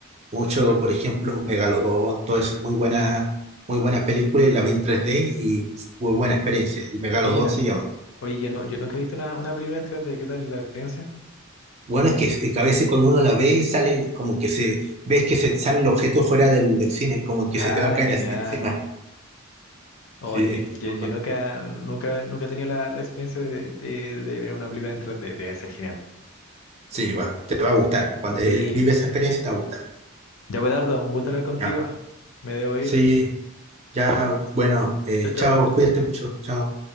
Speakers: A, on the right (about 30°); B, on the left (about 70°).
A: Mucho,
B: Sí, pues.
A: por ejemplo, Megalodón, todo eso, muy buena, muy buena película, y la vi en tres d y muy buena experiencia. El Megalodón
B: Mira.
A: se llama.
B: Oye, yo no, yo nunca he visto una, una película en 3D, ¿qué tal la experiencia? <laughs>
A: Bueno, es que, es que a veces cuando uno la ve y sale como que se ves que se salen el objeto fuera del, del cine, como que
B: Ya,
A: se te va a caer
B: genial.
A: así encima.
B: Oye,
A: Sí,
B: mira, yo,
A: no,
B: yo
A: bueno,
B: nunca, nunca, nunca he tenido la, la experiencia de, de- de ver una película en 3D, debe ser genial.
A: sí, va, te va a gustar. Cuando
B: Sí,
A: eh, vive esa experiencia te va a gustar.
B: ya Dardo. un gusto hablar contigo.
A: Ya.
B: Me debo ir.
A: Sí, ya, bueno, eh,
B: Chao,
A: chao,
B: chao.
A: cuídate mucho, chao.